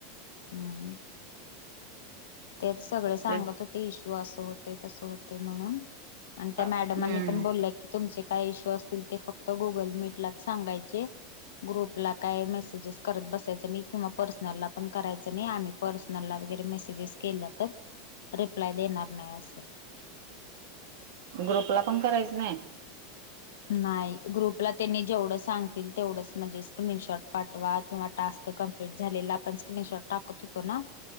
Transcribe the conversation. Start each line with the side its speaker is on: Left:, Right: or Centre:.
Left: हम्म! त्यात सगळे सांगत
Right: ते
Left: होते इश्यू असं होतेय तसं होतेय म्हणून. आणि त्या मॅडमांनी
Right: हम्म
Left: पण बोलल्या की तुमचे काय इशू असतील ते फक्त गुगल मिटींगलाच सांगायचे. ग्रुपला काय मेसेजेस करत बसायचं नाही किंवा पर्सनलला पण करायचं नाही आम्ही पर्सनल ला मॅसेजेस केला, तर रिप्लाय देणार नाही असं.
Right: ग्रुपला पण करायचं नाही?
Left: नाही ग्रुपला त्यांनी जेवढंच सांगतील तेवढंच म्हणजे स्क्रीनशॉट पाठवा किंवा टास्क कंप्लीट झालेत तेच स्क्रीनशॉट टाकत होतो ना,